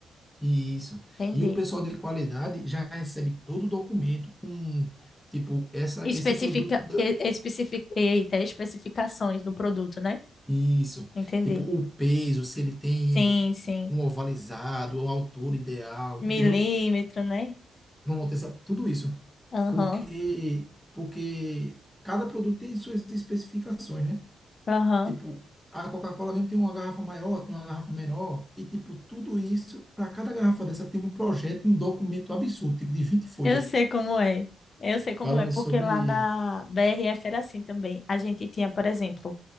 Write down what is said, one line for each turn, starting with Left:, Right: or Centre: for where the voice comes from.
Centre: Isso.
Left: Entendi.
Centre: E o pessoal de qualidade já recebe todo o documento com, tipo, essa,
Left: Especifica,
Centre: esse produto da.
Left: e- especific, eita, especificações do produto, né?
Centre: Isso.
Left: Entendi.
Centre: Tipo, o peso, se ele tem
Left: Sim, sim.
Centre: um ovalizado, a altura ideal,
Left: Milímetro,
Centre: entendeu?
Left: né?
Centre: Pronto, essa, tudo isso.
Left: Aham,
Centre: Porque, porque cada produto tem suas especificações, né?
Left: aham.
Centre: Tipo, a Coca-Cola mesmo tem uma garrafa maior, tem uma garrafa menor, e tipo, tudo isso, para cada garrafa dessa tem um projeto e um documento absurdo, tipo de 20 folhas,
Left: Eu sei como é. Eu sei como
Centre: falando
Left: é, porque
Centre: sobre.
Left: lá na BRF era assim também. A gente tinha, por exemplo,